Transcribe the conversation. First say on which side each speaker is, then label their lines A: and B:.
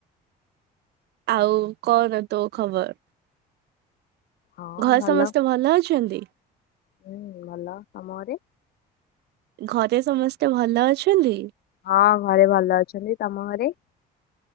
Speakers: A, on the right; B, on the left.
A: ଆଉ କଣ ତୋ ଖବର?
B: ହଁ
A: ଘଏ
B: ଭଲ
A: ସମସ୍ତେ ଭଲ ଅଛନ୍ତି?
B: ହୁଁ ଭଲ ତମଘରେ?
A: ଘରେ ସମସ୍ତେ ଭଲ ଅଛନ୍ତି?
B: ହଁ ଘରେ ଭଲ ଅଛନ୍ତି ତମ ଘରେ?